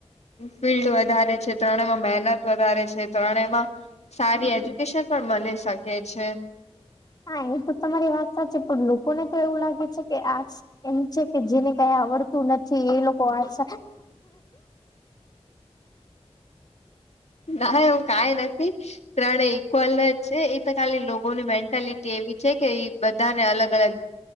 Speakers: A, on the left; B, on the left.
A: ફિલ્ડ વધારે છે ત્રણેમાં મહેનત વધારે છે ત્રણેમાં સારી એજ્યુકેશન પણ મળી શકે છે
B: હા એ તો તમારી વાત સાચી પણ લોકોને તો એવું લાગે છે કે આર્ટસ એમ છે કે જેને કઈ આવડતું નથી એ લોકો આર્ટસ <unintelligible>
A: ના એવું કઈ નથી ત્રણે ઈક્વલ જ છે એ તો ખાલી લોકોની મેન્ટાલિટી એવી છે કે બધાને અલગ અલગ